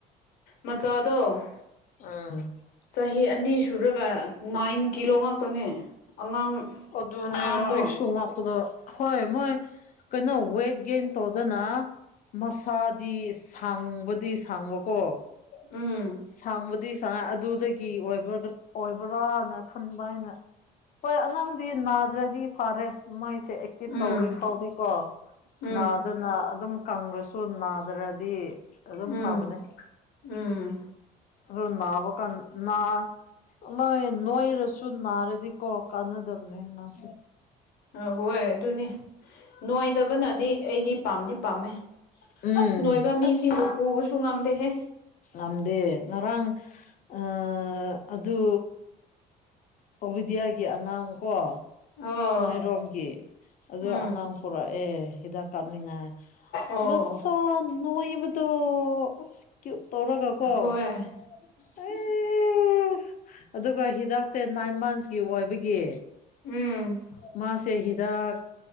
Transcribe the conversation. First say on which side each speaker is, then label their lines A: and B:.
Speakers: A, on the left (about 80°); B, on the left (about 50°).
A: ꯃꯆꯥꯗꯣ
B: ꯑꯝ
A: ꯆꯍꯤ ꯑꯅꯤ ꯁꯨꯔꯒ ꯅꯥꯏꯟ ꯀꯤꯂꯣ ꯉꯥꯛꯇꯅꯦ ꯑꯉꯥꯡ
B: ꯑꯗꯨꯅꯦꯕꯥ
A: ꯑꯉꯥꯡꯗꯣ
B: ꯑꯩꯁꯨ ꯉꯛꯄꯗꯣ ꯍꯣꯏ ꯃꯣꯏ ꯀꯩꯅꯣ ꯋꯦꯠ ꯒꯦꯟ ꯇꯧꯗꯅ ꯃꯁꯥꯗꯤ ꯁꯥꯡꯕꯗꯤ ꯁꯥꯡꯕꯀꯣ
A: ꯎꯝ
B: ꯁꯥꯡꯕꯗꯤ ꯁꯥꯏ ꯑꯗꯨꯗꯒꯤꯕ ꯑꯣꯏꯕ꯭ꯔꯥꯅ ꯈꯟꯕ ꯑꯩꯅ ꯍꯣꯏ ꯑꯉꯥꯡꯗꯤ ꯅꯥꯗ꯭ꯔꯗꯤ ꯐꯔꯦ ꯃꯣꯏꯁꯦ ꯑꯦꯛꯇꯤꯞ
A: ꯎꯝ
B: ꯇꯧꯔꯤ ꯐꯥꯎꯗꯤꯀꯣ
A: ꯎꯝ
B: ꯅꯥꯗꯅ ꯑꯗꯨꯝ ꯀꯪꯔꯁꯨ ꯅꯥꯗꯔꯗꯤ ꯑꯗꯨꯝ
A: ꯎꯝ
B: ꯐꯕꯅꯦ
A: ꯎꯝ
B: ꯑꯗꯣ ꯅꯥꯕ ꯀꯥꯟ ꯅꯥ ꯅꯣꯏ ꯅꯣꯏꯔꯁꯨꯝ ꯅꯥꯔꯗꯤ ꯀꯣ ꯀꯥꯟꯅꯗꯕꯅꯦ ꯑꯉꯥꯡꯁꯦ
A: ꯑꯥ ꯍꯣꯏ ꯑꯗꯨꯅꯤ ꯅꯣꯏꯗꯕꯅꯗꯤ ꯑꯩꯗꯤ ꯄꯥꯝꯗꯤ ꯄꯥꯝꯃꯦ
B: ꯎꯝ
A: ꯑꯁ ꯅꯣꯏꯕ ꯃꯤꯁꯤꯡꯕꯨ
B: ꯑꯁ
A: ꯄꯨꯕꯁꯨ ꯉꯝꯗꯦꯍꯦ
B: ꯉꯝꯗꯦ ꯉꯔꯥꯡ ꯑꯥ ꯑꯗꯨ ꯑꯣꯕꯤꯗꯤꯌꯥꯒꯤ ꯑꯉꯥꯡꯀꯣ
A: ꯑꯣ
B: ꯅꯣꯏꯔꯣꯝꯒꯤ ꯑꯗꯣ
A: ꯎꯝ
B: ꯑꯉꯥꯡ ꯄꯨꯔꯛꯑꯦ ꯍꯤꯗꯥꯛ ꯀꯥꯞꯅꯤꯡꯉꯥꯏ
A: ꯑꯣ
B: ꯅꯁꯥ ꯅꯣꯏꯕꯗꯣ <unintelligible> ꯇꯧꯔꯒꯀꯣ
A: ꯍꯣꯏ
B: <unintelligible> ꯑꯗꯨꯒ ꯍꯤꯗꯛꯁꯦ ꯅꯥꯏꯟ ꯃꯟꯁꯀꯤ ꯑꯣꯏꯕꯒꯤ
A: ꯎꯝ
B: ꯃꯥꯁꯦ ꯍꯤ ꯗꯛ